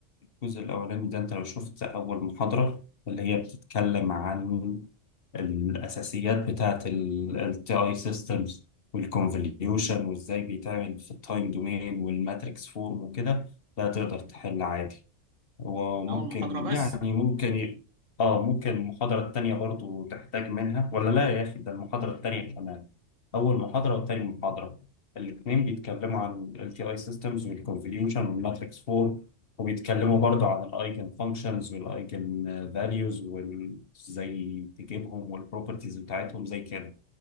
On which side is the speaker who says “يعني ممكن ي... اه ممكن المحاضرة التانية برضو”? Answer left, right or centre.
Left